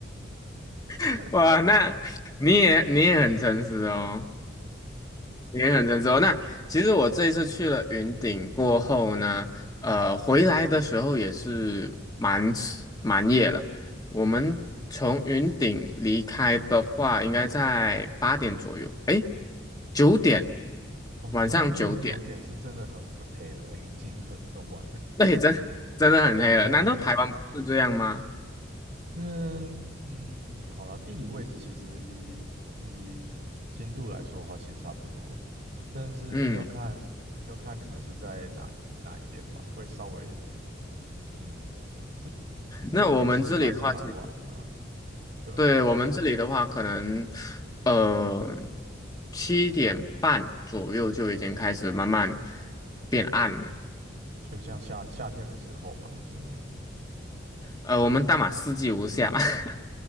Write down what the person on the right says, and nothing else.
<laughs>
<laughs>
哦，
你们那边的九点是真的很很黑了，<laughs> 已经很很晚了，
真的。
因为，嗯，好啦，地理位置其实以以经度来说的话，其实差不多，但是要看要看你们是在哪哪一边吧，
会稍微，嗯，这
九点其实算是蛮晚了啊，
对吧？
就是像夏夏天的时候嘛，对不对？